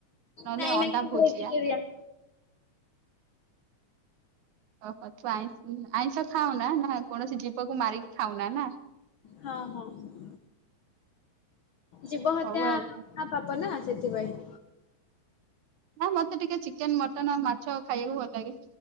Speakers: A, on the right; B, on the left.
A: ନହେଲେ
B: ନାଇଁ
A: ଅଣ୍ଡା
B: ନାଇଁ ମୁଁ ଭେଜିଟେରିଆନ।
A: ଭୋଜିଆ। ଓହୋ ତୁ ଆଇଁ ଆଇଁଷ ଖାଉନା ନା କୌଣସି ଜୀବକୁ ମାରିକି ଖାଉନା ନା
B: ହଁ ହଁ। ଜୀବ ହତ୍ୟା
A: ହଉ ଆଉ।
B: ପାପ ନା ସେଥିପାଇଁ।
A: ନା ମତେ ଟିକେ ଚିକେନ ମଟନ ମାଛ ଖାଇବାକୁ ଭଲ ଲାଗେ।